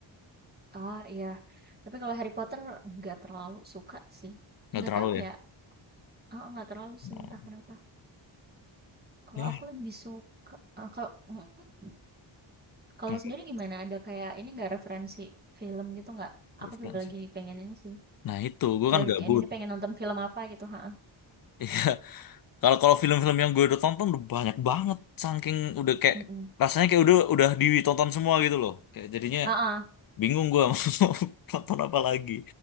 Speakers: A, on the right; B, on the left.
A: Oh iya, tapi kalau Harry Potter nggak terlalu suka sih,
B: Nggak
A: nggak
B: terlalu
A: tahu
B: ya?
A: ya, heeh, nggak terlalu sih
B: Oh.
A: entah kenapa. Kalau
B: Ya,
A: aku lebih suka eee, kalau mhm, kalau
B: kenapa?
A: sendiri gimana? Ada kayak ini nggak referensi film gitu nggak?
B: Referensi.
A: Aku juga lagi pengen ini sih,
B: Nah itu, gue
A: kayak
B: kan
A: weekend
B: gabut.
A: ini pengen nonton film apa gitu, heeh.
B: <laughs> Kalau kalau film-film yang gue udah tonton udah banyak banget, saking udah kayak
A: Mhm.
B: rasanya kayak udah udah ditonton semua gitu loh. Kayak jadinya
A: Heeh.
B: bingung gue <laughs> mau nonton apa lagi.